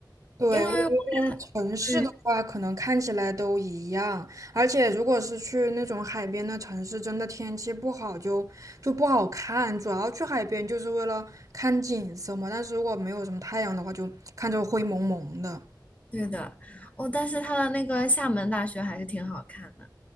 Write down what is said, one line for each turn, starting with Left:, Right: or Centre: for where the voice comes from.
Right: 对，
Left: 因为我
Right: 我觉得城市的话，
Left: 对
Right: 可能看起来都一样，而且如果是去那种海边的城市，真的天气不好就就不好看。主要去海边就是为了看景色嘛，但是如果没有什么太阳的话，就看着灰蒙蒙的。
Left: 对的，哦，但是它的那个厦门大学还是挺好看的，